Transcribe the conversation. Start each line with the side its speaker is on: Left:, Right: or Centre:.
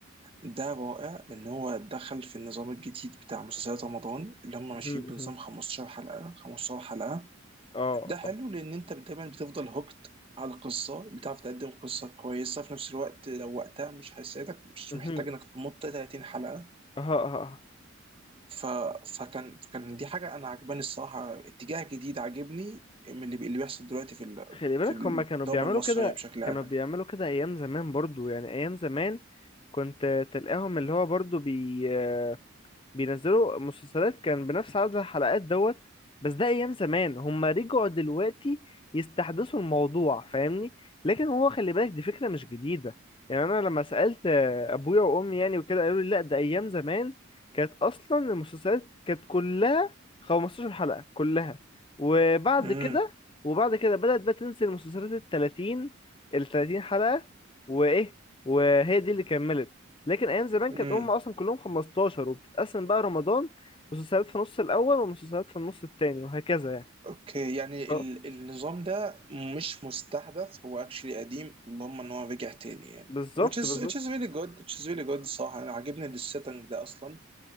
Right: ده رائع ان هو دخل في النظام الجديد بتاع مسلسلات رمضان اللي هم ماشيين
Left: مهم،
Right: بنظام
Left: مهم.
Right: 15 حلقه 15 حلقه
Left: اه
Right: ده حلو
Left: اه
Right: لان انت دايما بتفضل هوكت على قصة بتعرف تقدم قصة كويسة في نفس الوقت لو وقتها مش هيساعدك مش
Left: مهم.
Right: محتاج انك تمط 30 حلقة
Left: اه اه اه.
Right: ف... فكان كان دي حاجه انا عجباني الصراحه اتجاه جديد عاجبني من اللي, بي... اللي بيحصل دلوقتي في ال...
Left: خلي بالك
Right: في الدراما
Left: هما كانوا بيعملوا
Right: المصريه
Left: كده
Right: بشكل
Left: كانوا
Right: عام
Left: بيعملوا كده ايام زمان برضو يعني ايام زمان كنت تلاقيهم اللي هو برضو بي بينزلوا مسلسلات كان بنفس عدد الحلقات دوت بس ده ايام زمان هما رجعوا دلوقتي يستحدثوا الموضوع فاهمني لكن هو خلي بالك دي فكرة مش جديدة يعني انا لما سألت آه، ابويا وامي يعني وكده قالوا لي لا ده ايام زمان كانت اصلا المسلسلات كانت كلها 15 حلقة كلها وبعد
Right: امم
Left: كده وبعد كده بدأت بقى تنزل المسلسلات ال 30 ال 30 حلقة وايه وهي دي اللي كملت لكن ايام زمان
Right: امم
Left: كانت هم اصلا كلهم 15 وبتتقسم بقى رمضان مسلسلات في النص الاول ومسلسلات في النص التاني وهكذا يعني
Right: اوكي يعني
Left: اه
Right: ال... النظام ده مش مستحدث هو اكشلي قديم اللهم ان هو رجع تاني يعني
Left: بالظبط
Right: which is
Left: بالظبط
Right: which is really good which is really good الصراحه انا عاجبني السيتنج ده اصلا